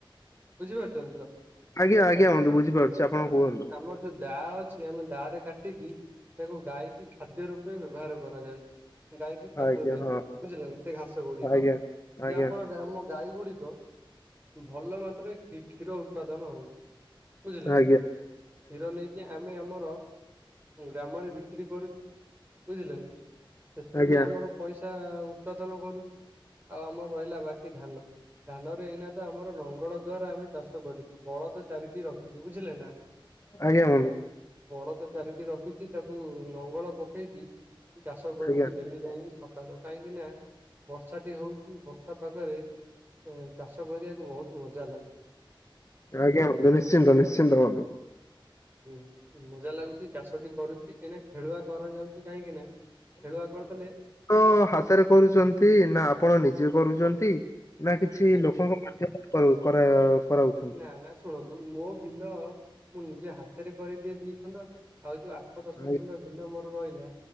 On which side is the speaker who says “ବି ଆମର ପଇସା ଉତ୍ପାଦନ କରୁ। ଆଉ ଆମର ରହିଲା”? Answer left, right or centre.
Right